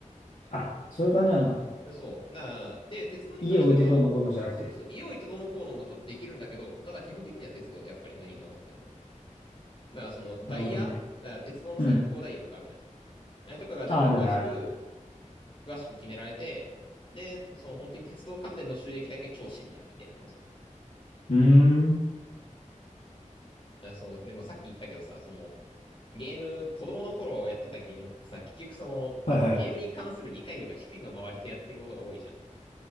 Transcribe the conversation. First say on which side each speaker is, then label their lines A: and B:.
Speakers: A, on the left (about 70°); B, on the left (about 40°).
A: あ、そういう感じなんだ。
B: な。そう。な、で、鉄道に関しては、
A: 家置いてどうのこうのじゃなくて。
B: そう、イオイとどうのこうのもちょっとできるんだけど、ただ基本的には鉄道、やっぱり何があっても。だから、その、ダイヤ、
A: なるほどね。
B: だから鉄道のさ、
A: うん。
B: 運行ダイヤとかあるじゃん。あれとかが全部詳しく、
A: あ、あるね、ある。
B: 詳しく決められて、で、その本当に鉄道関連の収益だけ超シビアみたいな感じ。
A: うーん。
B: あ、そう、でもさっき言ったけどさ、その、ゲーム、子供の頃やってたゲームってさ、結局その、
A: はいはい。
B: なんだろう、ゲームに関する理解度が低いまま割とやってることが多いじゃん。